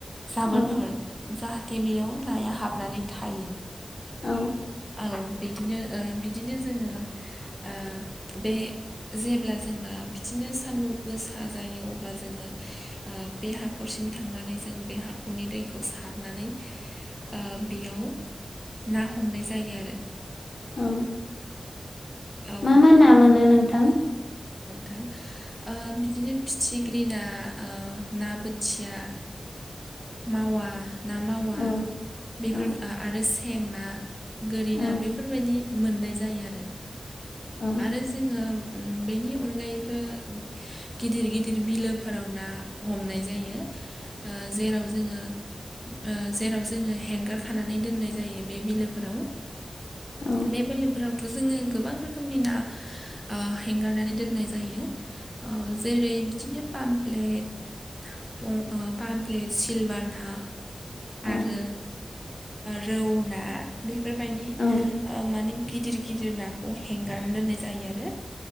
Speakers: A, in the centre; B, on the left (about 65°).
A: जाबोरफोर
B: औ
A: जाहाथे बेयाव नाया हाबनानै थायो
B: औ
A: औ बिदिनो ओ बिदिनो जोङो ओ बे जेब्ला जोंना बि बिदिनो सान्दुं गोसा जायो अब्ला जोङो ओ बे हाखरसिम थांनानै जों बे हाखरनि दैखौ सारनानै ओ बेयाव ना हमनाय जायो आरो
B: औ
A: औ
B: मा मा ना मोनो नोंथां?
A: थां ओ बिदिनो फिथिग्रिना ना बोथिया
B: <inaudible>
A: मावा ना मावा
B: औ
A: बेफोर
B: औ
A: आरो सें ना गोरिना
B: औ
A: बेफोरबायदि मोननाय जायो आरो
B: औ
A: आरो जोङो उम बेनि अनगायैबो गिदिर गिदिर बिलोफोराव ना हमनाय जायो ओ जेराव जोङो ओ जेराव जोङो हेंगार खानानै दोननाय जायो बे बिलोफोराव
B: औ
A: बे बेलेगफोरावथ' जोङो गोबां रोखोमनि ना हेंगारनानै दोननाय जायो जेरै- बिदिनो पामप्लेट, पं पामप्लेट, सिलभार ना
B: औ
A: आरो रौ ना बे बेफोरबायदि
B: औ
A: माने गिदिर गिदिर नाखौ हेंगारना दोननाय जायो आरो